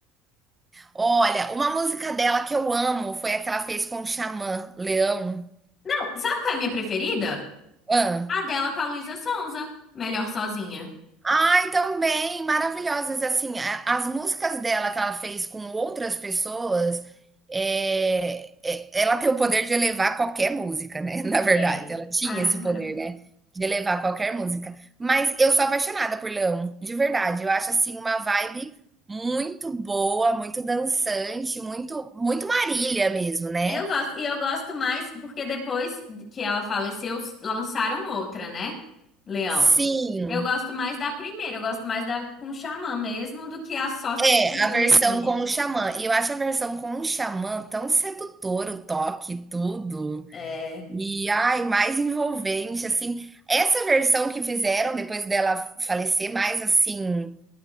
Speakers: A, on the right; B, on the left.
A: olha, uma música dela que eu amo foi a que ela fez com o Xamã, Leão.
B: Não, sabe qual é a minha preferida?
A: Ah,
B: A dela com a Luísa Sonza. Melhor sozinha.
A: Ai, também, maravilhosas. Assim, a- as músicas dela que ela fez com outras pessoas, é, é- ela tem o poder de elevar qualquer música, né? <laughs> Na verdade,
B: É.
A: ela tinha
B: Ah,
A: esse
B: é maravilhoso.
A: poder, né? De elevar qualquer música. Mas eu sou apaixonada por Leão, de verdade. Eu acho assim uma vibe muito boa, muito dançante, muito, muito Marília mesmo, né?
B: Eu gosto, e eu gosto mais porque depois que ela faleceu, s- lançaram outra, né? Leão.
A: Sim,
B: Eu gosto mais da primeira, eu gosto mais da com o Xamã mesmo do que a só sertanejinha.
A: é a versão com o Xamã. E eu acho a versão com o Xamã tão sedutora, o toque, tudo.
B: É,
A: E ai, mais envolvente, assim. Essa versão que fizeram depois dela falecer, mais assim.